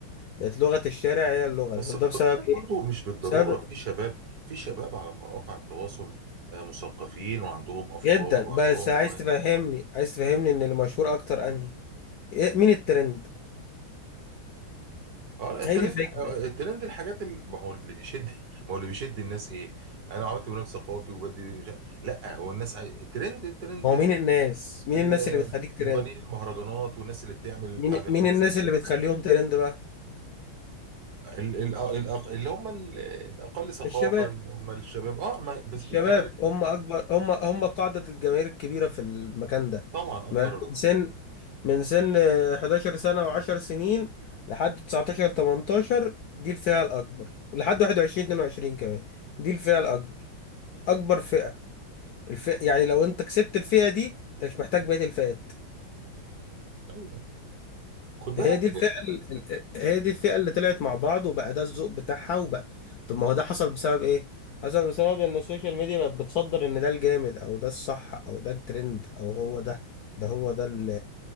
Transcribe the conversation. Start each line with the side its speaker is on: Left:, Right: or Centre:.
Left: بقت لغة الشارع هي اللغة
Right: بس
Left: طب
Right: خد
Left: ده بسبب
Right: بالك
Left: إيه؟
Right: برضه مش بالضروره
Left: بسبب
Right: في شباب في شباب على مواقع التواصل آه، مثقفين وعندهم افكار
Left: جدا
Right: وعندهم
Left: بس عايز
Right: مواهب
Left: تفهمني عايز تفهمني إن اللي مشهور أكتر أنهي إيه- مين الترند؟
Right: اه الترند
Left: هي دي الفكرة
Right: آه،
Left: بقى
Right: الترند الحاجات اللي ما هو اللي بيشد ما هو اللي بيشد الناس ايه انا عملت برنامج ثقافي وبدي مش عارف- لا هو الناس عاي... الترند الترند
Left: هو مين الناس؟ مين
Right: المغنيين
Left: الناس اللي بتخليك ترند؟
Right: المهرجانات والناس اللي بتعمل
Left: مين
Right: تعليقات
Left: مين الناس
Right: سلبيه
Left: اللي بتخليهم ترند بقى
Right: ال... ال... الأق... اللي هم ال... الاقل ثقافه
Left: الشباب
Right: اللي هم الشباب اه ما... بس
Left: الشباب
Right: كمان
Left: هم اكبر هم هم قاعدة الجماهير الكبيرة في المكان ده
Right: طبعا اكتر
Left: ما- من سن من سن 11 سنة و10 سنين لحد
Right: مم.
Left: 19 18 دي الفئة الأكبر لحد 21 22 كمان دي الفئة الأكبر
Right: مم.
Left: أكبر فئة الفئة يعني لو أنت كسبت الفئة دي أنت مش محتاج بقية الفئات
Right: مم. ايوه خد بالك
Left: هي دي الفئة ال- ال- هي دي الفئة اللي طلعت مع بعض وبقى ده الذوق بتاعها وبقى طب ما هو ده حصل بسبب ايه؟ حصل بسبب ان السوشيال ميديا بقت بتصدر ان ده الجامد او ده الصح او ده الترند او هو ده ده هو ده ال